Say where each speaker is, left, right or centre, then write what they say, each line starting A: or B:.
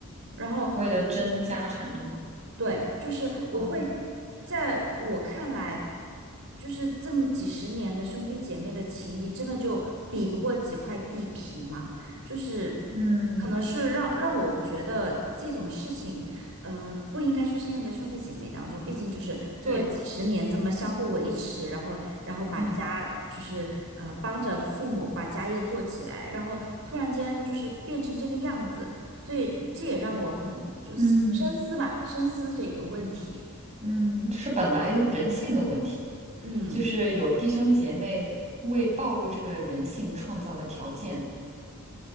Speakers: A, on the right; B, on the right.
A: 然后
B: 为了争家产，对吗？
A: 对，就是我会，
B: 哦，
A: 在我看来，就是这么几十年的兄弟姐妹的情谊，真的就比不过几块地皮嘛？就是
B: 嗯，
A: 可能是让让我觉得这种事情，呃，不应该出现在兄弟姐妹当中。毕竟就是做了几十年这么相互维持，
B: 对，
A: 然后然后把家就是呃帮着父母把家业做起来，
B: 嗯
A: 然后突然间就是变成这个样子，所以这也让我很就是。
B: 嗯
A: 深思吧，深思这个问题。
B: 嗯，这是本来人性的问题，
A: 嗯
B: 就是有弟兄姐妹为暴露这个人性创造了条件，